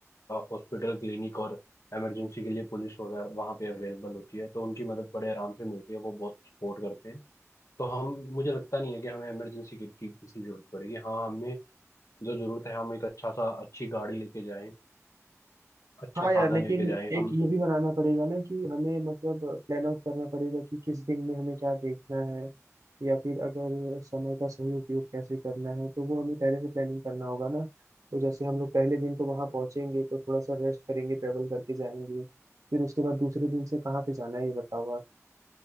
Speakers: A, on the left (about 70°); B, on the right (about 80°).
A: हॉस्पिटल क्लिनिक और इमरजेंसी के लिए पुलिस वगैरह वहाँ पे अवेलेबल होती है तो उनकी मदद बड़े आराम से मिलती है वो बहुत सपोर्ट करते हैं तो हम मुझे लगता नहीं है कि हमें इमरजेंसी किट की किसी जरूरत पड़ेगी हाँ हमें जो जरूरत है हम एक अच्छा सा अच्छी गाड़ी लेके जाएं अच्छा
B: हाँ यार
A: साधन
B: लेकिन
A: लेके जाएं
B: एक
A: हम
B: ये भी बनाना पड़ेगा ना कि हमें मतलब प्लान आउट करना पड़ेगा कि किस दिन में हमें क्या देखना है या फिर अगर समय का सही उपयोग कैसे करना है तो वो हमें पहले से प्लानिंग करना होगा ना तो जैसे हम लोग पहले दिन तो वहाँ पहुँचेंगे तो थोड़ा सा रेस्ट करेंगे ट्रेवल करके जाएंगे फिर उसके बाद दूसरे दिन से कहाँ पे जाना है ये बताओ आप